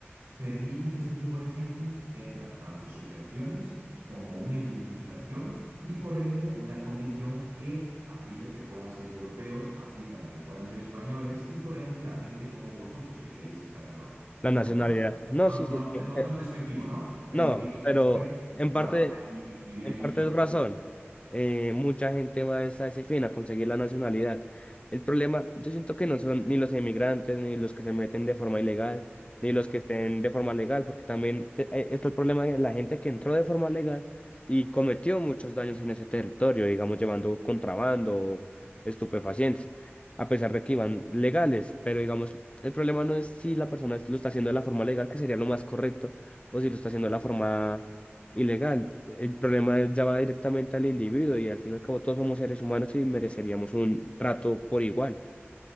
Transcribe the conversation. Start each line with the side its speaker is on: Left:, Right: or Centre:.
Right: permiten que este tipo de gente tengan tanto subvenciones como una identificación y por ende una condición que aplica que puedan ser europeos, aplican a que puedan ser españoles y por ende la gente como vosotros que queréis, pe- perdón,
Left: La nacionalidad.
Right: no mala.
Left: No,
Right: No,
Left: sí, sí, sí.
Right: no,
Left: eh,
Right: no tan despectivo, ¿no? Pero
Left: No,
Right: que queréis,
Left: pero
Right: por ejemplo,
Left: en
Right: trabajar
Left: parte.
Right: allí, vivir
Left: En
Right: allí
Left: parte
Right: y demás,
Left: es razón.
Right: pues
Left: Eh, mucha gente va a esa- a ese fin, a conseguir la nacionalidad. El problema, yo siento que no son ni los inmigrantes ni los que se meten de forma ilegal, ni los que estén de forma legal, porque también te- eh, está el problema de la gente que entró de forma legal y cometió muchos daños en ese territorio, digamos, llevando contrabando o estupefacientes, a pesar de que iban legales. Pero, digamos, el problema no es si la persona es- lo está haciendo de la forma legal, que sería lo más correcto, o si lo está haciendo de la forma ilegal. El problema ya va directamente al individuo y al fin y al cabo todos somos seres humanos y mereceríamos un trato por igual.